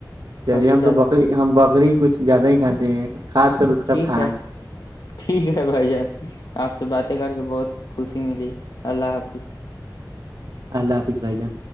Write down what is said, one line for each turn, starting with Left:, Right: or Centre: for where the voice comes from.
Right: چلیے
Left: کھسی
Right: ہم
Left: زیادہ
Right: تو بکری
Left: کھاتے
Right: ہم بکری کچھ زیادہ ہی کھاتے ہیں خاص کر اس
Left: ہیں
Right: کا
Left: ٹھیک
Right: تھان
Left: ہے ٹھیک ہے بھائی جان آپ سے باتیں کر کے بہت خوشی ملی اللہ حافظ
Right: اللہ حافظ بھائی جان